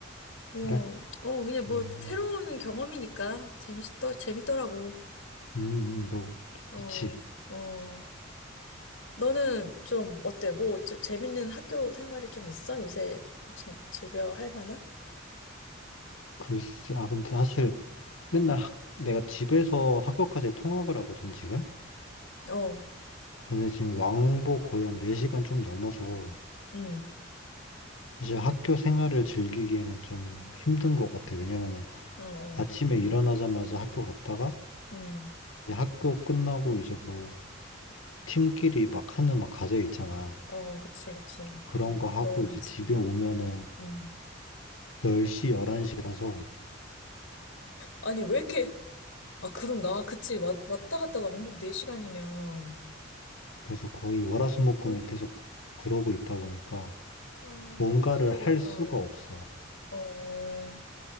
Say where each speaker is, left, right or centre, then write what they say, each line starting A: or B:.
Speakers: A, on the left (about 60°); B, on the left (about 75°).
A: 어,
B: 그래?
A: 어, 그냥 뭐
B: 음,
A: 새로운 경험이니까 재밌더, 재밌더라고.
B: 음, 음, 뭐,
A: 어,
B: 그치.
A: 어. 너는 좀 어때? 뭐, 좀 재밌는 학교 생활이 좀 있어? 요새 좀 재- 즐겨 할 만한?
B: 글쎄, 아, 근데 사실 맨날 학, 내가 집에서 학교까지 통학을 하거든, 지금?
A: 어,
B: 근데 지금 왕복 거의 한 4시간 좀 넘어서
A: 음,
B: 사실 학교 생활을 즐기기에는 좀 힘든 것 같아. 왜냐면은
A: 어, 어,
B: 아침에 일어나자마자 학교 갔다가
A: 음,
B: 이제 학교 끝나고 이제 뭐 팀끼리 막 하는 막 과제 있잖아.
A: 어, 그치, 그치.
B: 그런 거 하고
A: 너무 많지.
B: 이제 집에 오면은
A: 음.
B: 10시, 11시라서
A: 아니, 왜 이렇게, 아, 그런가? 그치. 왔, 왔다 갔다 왕복 4시간이면
B: 그래서 거의 월화수목금을
A: 너무,
B: 계속 그러고 있다 보니까
A: 아,
B: 뭔가를
A: 너무 힘들겠다.
B: 할 수가 없어.
A: 어,